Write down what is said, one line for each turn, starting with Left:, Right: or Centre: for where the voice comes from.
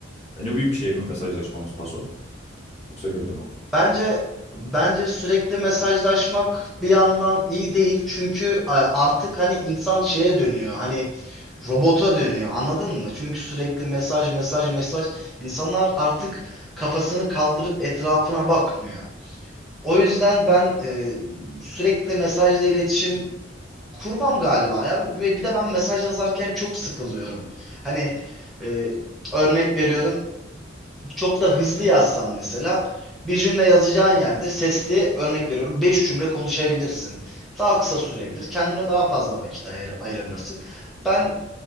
Left: Sence bu iyi bir şey mi mesajlaşmamız paso? Yoksa kötü mü?
Centre: Bence bence sürekli mesajlaşmak bir yandan iyi değil. Çünkü e, artık hani insan şeye dönüyor. Hani robota dönüyor. Anladın mı? Çünkü sürekli mesaj mesaj mesaj insanlar artık kafasını kaldırıp etrafına bakmıyor. O yüzden ben e, sürekli mesajla iletişim kurmam galiba ya ve bir de ben mesaj yazarken çok sıkılıyorum. Hani e, örnek veriyorum çok da hızlı yazsan mesela bir cümle yazacağın yerde sesli örnek veriyorum 5 cümle konuşabilirsin. Daha kısa sürebilir. Kendine daha fazla vakit ayır- ayırabilirsin. Ben